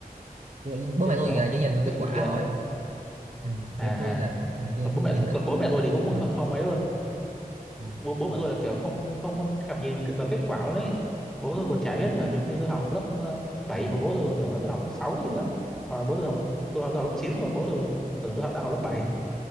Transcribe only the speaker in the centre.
tôi
tưởng
ông
bị
ờ,
à
à.
còn bố mẹ
còn
bố
mẹ tôi thì cũng
không, không ấy luôn
bố, bố mẹ tôi là kiểu không không thèm nhìn mình vào kết quả luôn đấy bố tôi còn chả biết là nhiều khi tôi học lớp ờ, 7 mà bố tôi còn tưởng là tôi học lớp 6 gì đó hoặc là bố tôi học lớp tôi học, tôi học lớp 9 mà bố tôi còn tưởng tôi học, đang học lớp bảy